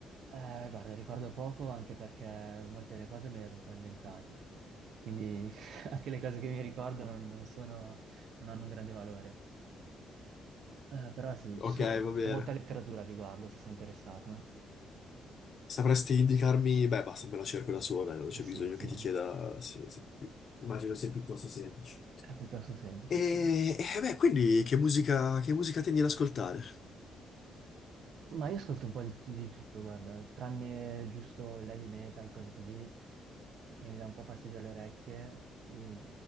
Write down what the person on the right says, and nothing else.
Eh, guarda, ricordo poco anche perché molte delle cose me le ero un po' inventate, quindi <laughs> anche le cose che mi ricordo non, non sono, non hanno un grande valore. Eh, però sì,
ci sono- Vabbè,
c'è molta letteratura al riguardo, se sei interessato.
Eh, Sì,
sì,
è piuttosto semplice,
sì.
Ma io ascolto un po' di, tu- di tutto, guarda, tranne giusto l'heavy metal, cose così, che mi dà un po' fastidio alle orecchie. I-